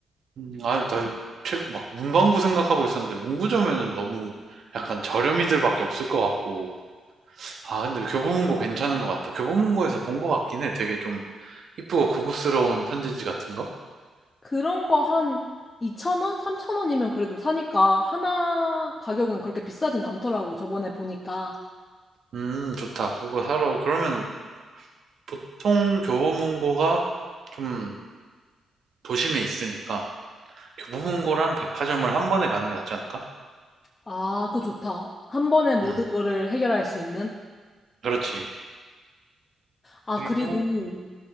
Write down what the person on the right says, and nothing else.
음, 아, 나 책 막 문방구 생각하고 있었는데 문구점에는 너무 약간 저렴이들밖에 없을 것 같고 아, 근데 교보문고 괜찮은 것 같다. 교보문고에서 본 것 같긴 해. 되게 좀 이쁘고 고급스러운 편지지 같은 거?
음, 좋다. 그거 사러. 그러면 보통 교보문고가 좀 도심에 있으니까 교보문고랑 백화점을 한 번에 가는 게 낫지 않을까?
음,
그렇지.
그리고,
음,